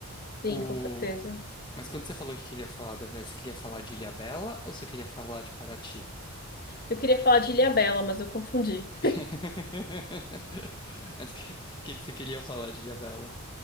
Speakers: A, on the left (about 40°); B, on the left (about 20°).
A: sim,
B: O...
A: com certeza.
B: Mas quando você falou que queria falar da viagem, você queria falar de Ilhabela ou você queria falar de Paraty?
A: Eu queria falar de Ilhabela, mas eu confundi.
B: <laughs> Mas o que, que, que você queria falar de Ilhabela?